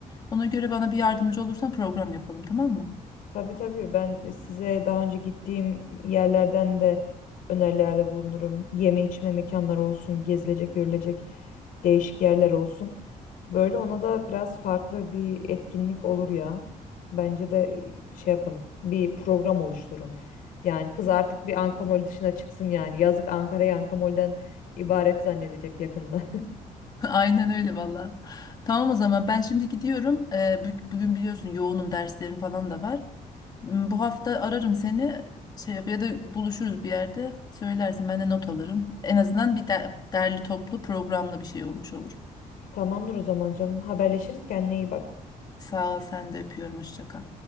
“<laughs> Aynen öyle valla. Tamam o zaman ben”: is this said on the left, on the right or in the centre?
Left